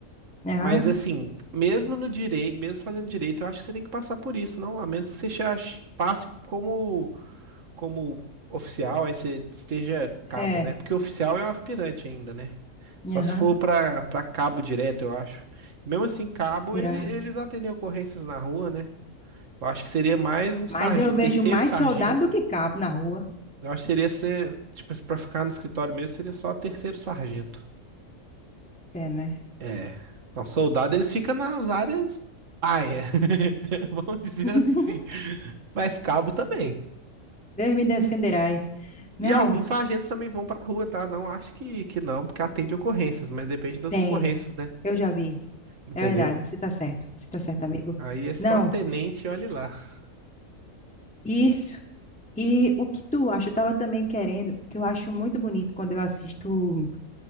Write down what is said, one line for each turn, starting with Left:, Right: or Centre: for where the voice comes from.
Centre: Aham,
Right: Mas assim, mesmo no direito, mesmo fazendo direito, eu acho que você tem que passar por isso, não? A menos que você já passe como como oficial, aí você esteja cabo,
Centre: é.
Right: né? Porque oficial é o aspirante ainda, né? Só
Centre: Aham.
Right: se for pra, pra cabo direto, eu acho. Mesmo assim, cabo,
Centre: Será?
Right: ele, eles atendem ocorrências na rua, né? Eu acho que seria mais um sargento,
Centre: Mas eu vejo
Right: terceiro
Centre: mais
Right: sargento.
Centre: soldado do que cabo na rua.
Right: Eu acho que seria ser, tipo, pra ficar no escritório mesmo, seria só terceiro sargento.
Centre: É, né?
Right: É. Não, soldado, eles ficam nas áreas paia, <laughs> vamos dizer
Centre: <laughs>
Right: assim. Mas cabo também.
Centre: Deus me defenderá. hein? Não,
Right: E alguns sargentos também vão pra rua, tá? Não acho que, que não, porque atende ocorrências, mas depende das
Centre: tem.
Right: ocorrências, né?
Centre: Eu já vi.
Right: Entendeu?
Centre: É verdade, você tá certo. Você tá certo, amigo.
Right: Aí é só
Centre: Não,
Right: tenente, olhe lá. <laughs>
Centre: isso. E o que tu acha? Eu tava também querendo, porque eu acho muito bonito quando eu assisto.